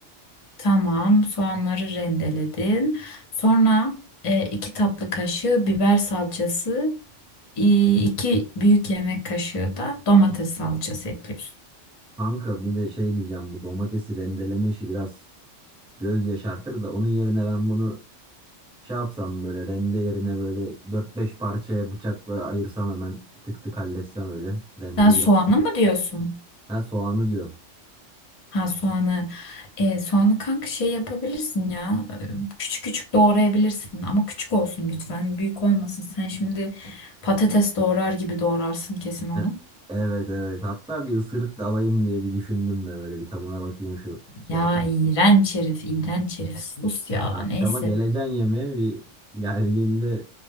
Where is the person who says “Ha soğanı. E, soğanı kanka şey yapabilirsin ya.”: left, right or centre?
Left